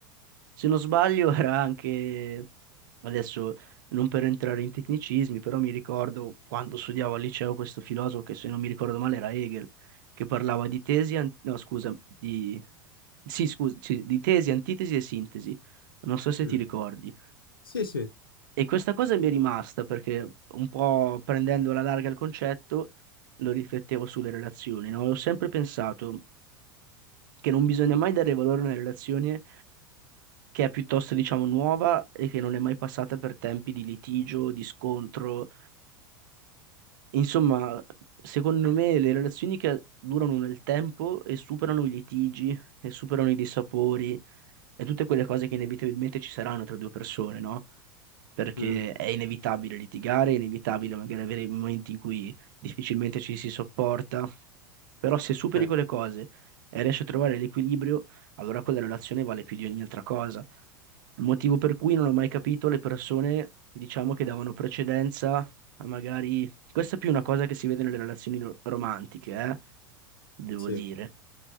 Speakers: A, on the right (about 60°); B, on the left (about 85°).
A: Se non sbaglio era anche, adesso non per entrare in tecnicismi, però mi ricordo quando studiavo al liceo questo filosofo che se non mi ricordo male era Hegel, che parlava di tesi, an- no scusa, di, sì, scusa, sì, di tesi, antitesi e sintesi. Non so se
B: Mm.
A: ti ricordi.
B: Sì, sì.
A: E questa cosa mi è rimasta perché un po' prendendo alla larga il concetto lo riflettevo sulle relazioni, no? Ho sempre pensato che non bisogna mai dare valore a una relazione che è piuttosto, diciamo, nuova e che non è mai passata per tempi di litigio, di scontro, Insomma, secondo me le relazioni che durano nel tempo e superano i litigi e superano i dissapori e tutte quelle cose che inevitabilmente ci saranno tra due persone, no? Perché
B: Mm,
A: è inevitabile litigare, è inevitabile magari avere momenti in cui difficilmente ci si sopporta, però se superi
B: certo,
A: quelle cose e riesci a trovare l'equilibrio, allora quella relazione vale più di ogni altra cosa. Il Motivo per cui non ho mai capito le persone, diciamo, che davano precedenza a magari questa è più una cosa che si vede nelle relazioni ro- romantiche, eh, devo
B: sì,
A: dire.